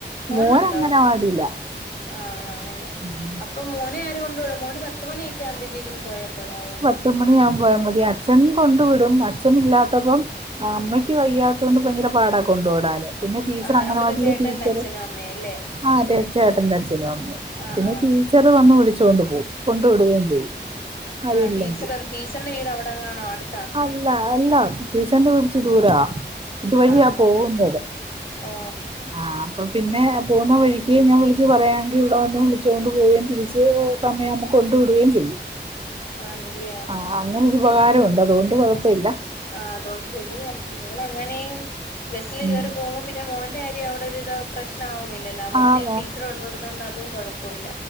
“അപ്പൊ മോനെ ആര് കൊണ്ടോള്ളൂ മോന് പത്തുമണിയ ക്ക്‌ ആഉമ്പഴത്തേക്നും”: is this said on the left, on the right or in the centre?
Left